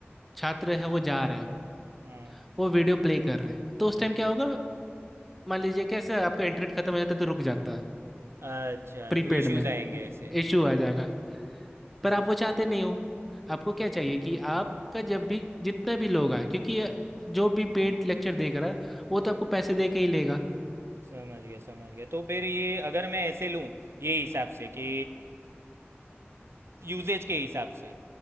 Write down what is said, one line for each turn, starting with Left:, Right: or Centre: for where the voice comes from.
Centre: छात्र है वो जा रहे हैं
Right: हाँ
Centre: वो वीडियो प्ले कर रहे हैं तो उस
Right: हाँ
Centre: टाइम क्या होगा मान लीजिए कैसे आपका इंटरनेट खत्म हो जाता है तो रुक जाता है
Right: अच्छा
Centre: प्रीपेड
Right: तो इश्यूज
Centre: में
Right: आएंगे ऐसे
Centre: इशू आ जाएगा पर
Right: हम्म
Centre: आप वो चाहते नहीं हो आपको क्या चाहिए कि आपका जब भी जितने भी लोग आए क्योंकि ये जो भी पेड लेक्चर देख रहा है वो तो आपको पैसे दे के ही लेगा
Right: समझ गया समझ गया तो फिर ये अगर मैं ऐसे लूँ ये हिसाब से कि यूजेज के हिसाब से